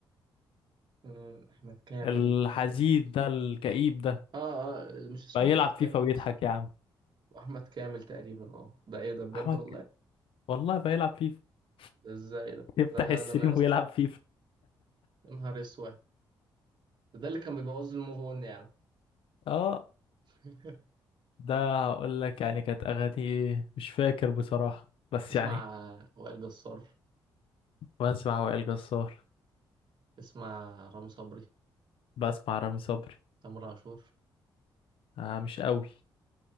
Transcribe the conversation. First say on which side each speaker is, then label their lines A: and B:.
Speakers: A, on the right; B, on the left.
A: مم، أحمد كامل
B: الحزين ده الكئيب ده
A: اه اه مش اسمه
B: بقى
A: احمد
B: يلعب
A: كامل
B: فيفا ويضحك
A: اسمه
B: يا عم
A: احمد كامل تقريبا اه ده ايه ده بجد
B: احمد
A: والله
B: ك- والله بقى يلعب فيفا
A: ده ازاي
B: <laughs>
A: ده
B: يفتح
A: ده انا
B: السريم
A: ده انا يا اسطى
B: ويلعب فيفا
A: يا نهار اسود ده, ده اللي كان بيبوظ لي الموف اون يا عم
B: اه
A: <laughs>
B: ده هقول لك يعني كانت اغاني ايه مش فاكر بصراحه بس
A: تسمع
B: يعني
A: وائل جسار
B: بسمع وائل جسار
A: تسمع رامي صبري
B: بسمع رامي صبري
A: تامر عاشور
B: آه مش قوي